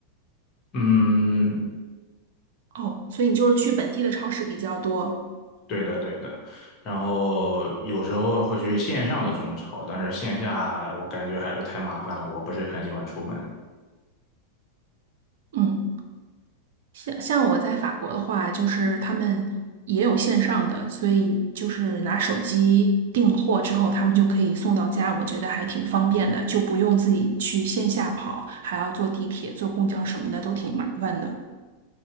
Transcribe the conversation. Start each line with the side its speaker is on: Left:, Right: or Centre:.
Left: 嗯，
Right: 哦，所以你就是去本地的超市比较多。
Left: 对的对的。然后有时候会去线上的中超，但是线下我感觉还是太麻烦了，我不是很喜欢出门。
Right: 嗯，像像我在法国的话，就是他们也有线上的，所以就是拿手机订货之后，他们就可以送到家，我觉得还挺方便的，就不用自己去线下跑，还要坐地铁、坐公交什么的，都挺麻烦的。